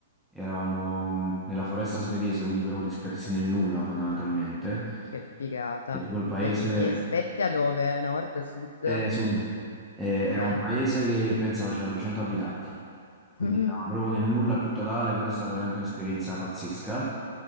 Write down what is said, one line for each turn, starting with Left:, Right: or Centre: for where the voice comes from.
Centre: eravamo mh, nella foresta svedese, quindi proprio dispersi nel nulla fondamentalmente.
Left: che figata.
Centre: E tipo il paese,
Left: Ma in in Svezia dove? Nord, sud?
Centre: Eh, sud, Eh,
Left: Ok.
Centre: era un paese
Left: <laughs>
Centre: che pensa faceva 200 abitanti, quindi
Left: Mhm.
Centre: era proprio nel nulla più totale, però è stata veramente un'esperienza pazzesca.